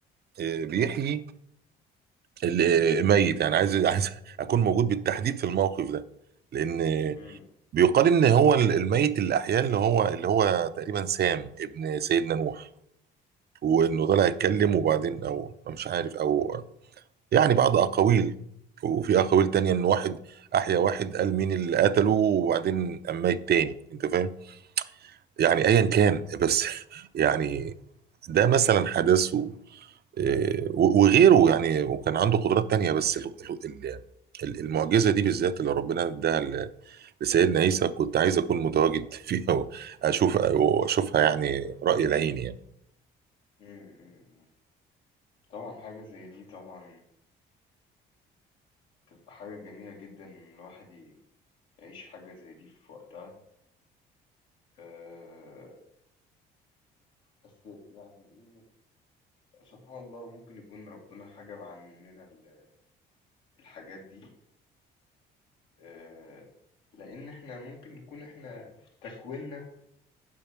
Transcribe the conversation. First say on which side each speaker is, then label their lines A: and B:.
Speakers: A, on the right; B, on the left.
A: آه، بيحيي الميت يعني عايز عايز <laughs> اكون موجود بالتحديد في الموقف ده لان
B: إمم،
A: بيقال ان هو ال- الميت اللي احياه اللي هو اللي هو تقريبا سام ابن سيدنا نوح وانه طلع يتكلم وبعدين او أو مش عارف او يعني بعض أقاويل وفي أقاويل تانية إن واحد أحيا واحد قال مين اللي قتله وبعدين قام ميت تاني أنت فاهم؟ يعني أيا كان بس <laughs> يعني ده مثلا حدث و- آه، و- وغيره يعني وكان عنده قدرات تانية بس ال- ال- ال- المعجزة دي بالذات اللي ربنا اداها ل- لسيدنا عيسى كنت عايز أكون متواجد <laughs> فيها وأشوف وأشوفها يعني رأي العين يعني
B: إمم، إمم، إمم. طبعًا حاجة زي دي طبعًا بتبقى حاجة جميلة جدًا إن الواحد ي يعيش حاجة زي دي في وقتها، آآ بس يعني إيه، سبحان الله ممكن يكون ربنا حجَب عننا ال الحاجات دي آه، لأن إحنا ممكن نكون إحنا تكويننا